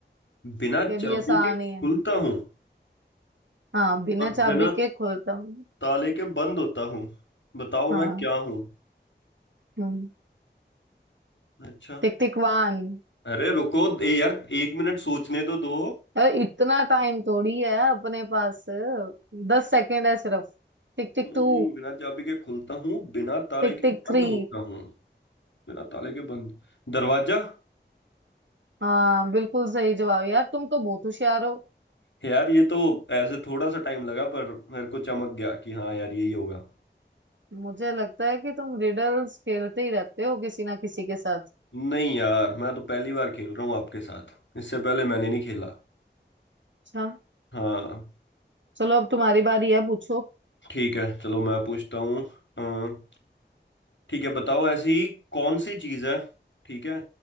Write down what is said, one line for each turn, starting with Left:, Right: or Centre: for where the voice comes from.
Left: बिना
Right: ये भी
Left: चाबी
Right: आसान
Left: के खुलता
Right: ही है
Left: हूँ
Right: हाँ बिना
Left: और
Right: चाबी
Left: बिना
Right: के खुलता हूँ
Left: ताले के बंद होता हूँ बताओ
Right: हाँ
Left: मैं क्या हूँ
Right: हम्म
Left: अच्छा
Right: टिकटिकवान
Left: अरे रुको ए यार एक मिनट सोचने तो दो
Right: अरे इतना टाइम थोड़ी है अपने पास दस सेकेंड है सिर्फ Tick tick
Left: हम्म,
Right: two
Left: बिना चाबी के खुलता हूँ बिना ताले
Right: Tick
Left: के
Right: tick
Left: बंद
Right: three
Left: होता हूँ बिना ताले के बंद दरवाजा
Right: हाँ बिल्कुल सही जवाब यार तुम तो बहुत होशियार हो
Left: यार ये तो ऐसे थोड़ा सा टाइम लगा पर मेरे को चमक गया कि हाँ यार यही होगा
Right: मुझे लगता है कि तुम रिडल्स खेलते ही रहते हो किसी ना किसी के साथ
Left: नहीं यार मैं तो पहली बार खेल रहा हूँ आपके साथ इससे पहले मैंने नहीं खेला
Right: अच्छा
Left: हाँ
Right: चलो अब तुम्हारी बारी है पूछो
Left: ठीक है चलो मैं पूछता हूँ अम, ठीक है बताओ ऐसी कौन सी चीज़ है ठीक है